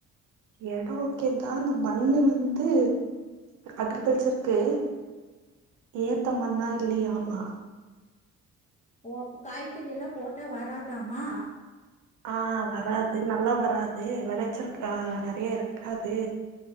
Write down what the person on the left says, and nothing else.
ஓ காய்கறி எல்லா போட்டா வராதாமா